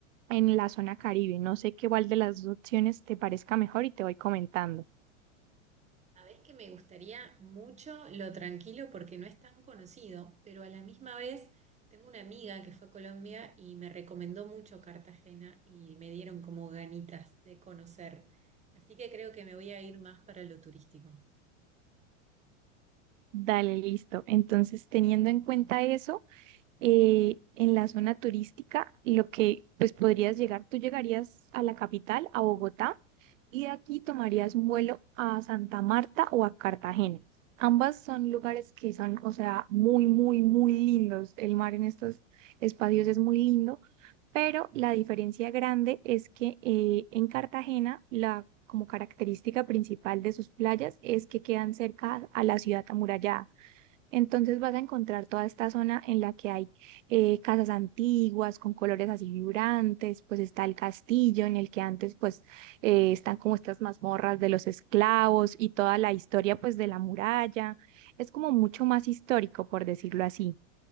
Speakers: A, on the right; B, on the right.
A: en la zona Caribe. No sé qué cuál de las dos opciones te parezca mejor y te voy comentando.
B: Sabés que me gustaría mucho lo tranquilo porque no es tan conocido, pero a la misma vez tengo una amiga que fue a Colombia y me recomendó mucho Cartagena y me dieron como ganitas de conocer. Así que creo que me voy a ir más para lo turístico.
A: Dale, listo. Entonces, teniendo en cuenta eso, eh, en la zona turística, lo que pues podrías llegar, tú llegarías a la capital, a Bogotá, y de aquí tomarías un vuelo a Santa Marta o a Cartagena. Ambas son lugares que son, o sea, muy, muy, muy lindos. El mar en estos espacios es muy lindo, pero la diferencia grande es que eh, en Cartagena la como característica principal de sus playas es que quedan cerca a la ciudad amurallada. Entonces vas a encontrar toda esta zona en la que hay eh, casas antiguas con colores así vibrantes, pues está el castillo en el que antes pues eh, están como estas mazmorras de los esclavos y toda la historia pues de la muralla. Es como mucho más histórico, por decirlo así.